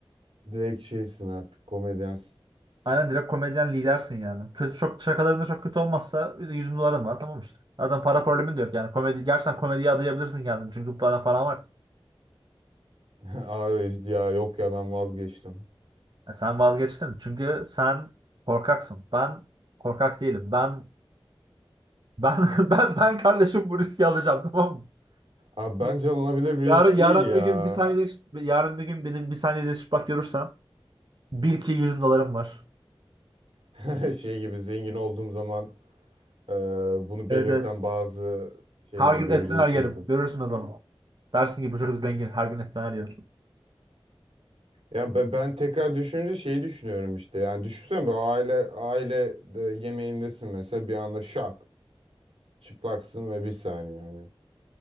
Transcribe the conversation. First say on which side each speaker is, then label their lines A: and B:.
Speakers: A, on the right (about 80°); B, on the right (about 50°).
A: direkt şeysin artık komedyansın.
B: Aynen direkt komedyen lidersin yani. Kötü çok şakalarında çok kötü olmazsa 100 de bin doların var tamam işte. Zaten para problemin de yok yani. Komedi gerçekten komediye adayabilirsin kendini. Çünkü bana paran var. ki.
A: <laughs> Abi ya yok ya ben vazgeçtim.
B: Ya sen vazgeçtin. Çünkü sen korkaksın. Ben korkak değilim. Ben ben <laughs> ben ben kardeşim bu riski alacağım tamam mı?
A: Abi bence
B: Bir,
A: alınabilir bir
B: yarın
A: risk
B: yarın
A: değil ya.
B: bir gün bir saniye yarın bir gün benim bir saniye bak görürsen bil ki 100 bin dolarım var.
A: <laughs> Şey gibi zengin olduğum zaman e, bunu belirten
B: Evet evet.
A: bazı şeyler
B: Her gün
A: göreceksiniz.
B: et döner yerim. Görürsün o zaman. Dersin ki bu çocuk zengin. Her gün et döner yer.
A: Ya be- ben tekrar düşününce şeyi düşünüyorum işte. Yani düşünsene bir aile aile de yemeğindesin mesela bir anda şak çıplaksın ve bir saniye hani.